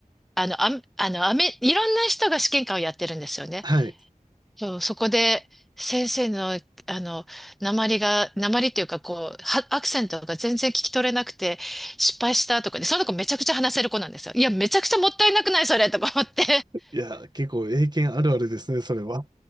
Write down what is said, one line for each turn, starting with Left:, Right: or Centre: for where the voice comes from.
Centre: あの、あ、あの、アメ、いろんな人が試験官をやってるんですよね。
Right: はい。
Centre: そう、そこで先生の、あの、りが、鉛っていうか、こう、はアクセントが全然聞き取れなくて、失敗したとかで、その子めちゃくちゃ話せる子なんですよ。いや、めちゃくちゃもったいなくないそれとか思って。
Right: いや、結構英検あるあるですね、それは。